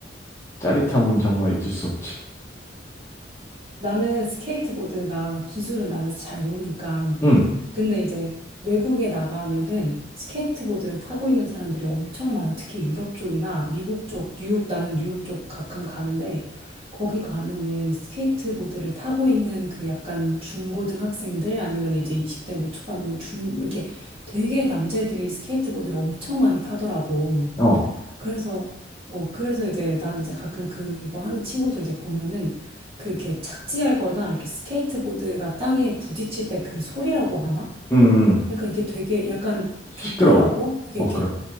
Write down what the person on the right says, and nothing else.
나는 스케이트보드가 기술은 나는 잘 모르니까
근데 이제 외국에 나가면은 스케이트보드를 타고 있는 사람들이 엄청 많아. 특히 유럽 쪽이나 미국 쪽, 뉴욕, 나는 뉴욕 쪽 가끔 가는데 거기 가면은 스케이트보드를 타고 있는 그 약간 중고등학생들 아니면 이제 20대 뭐 초반 뭐 중, 뭐 이렇게 되게 남자애들이 스케이트보드를 엄청 많이 타더라고.
그래서 어, 그래서 이제 난 이제 가끔 그거 하는 친구들 이제 보면은 그 이렇게 착지하거나 이렇게 스케이트보드가 땅에 부딪힐 때 그 소리라고 하나?
약간 이게 되게 약간
좋더라고. 이게
이렇게